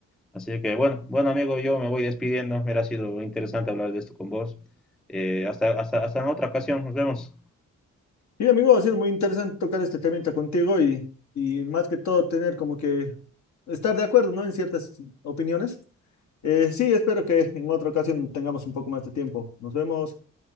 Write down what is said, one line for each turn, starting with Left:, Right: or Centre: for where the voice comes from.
Centre: Así que bueno, bueno amigo, yo me voy despidiendo. Mira, ha sido interesante hablar de esto con vos. Eh, hasta, hasta, hasta en otra ocasión, nos vemos.
Left: Sí, amigo, ha sido muy interesante tocar este temita contigo y, y más que todo tener como que estar de acuerdo, ¿no? En ciertas opiniones. Eh, sí, espero que en otra ocasión tengamos un poco más de tiempo. Nos vemos.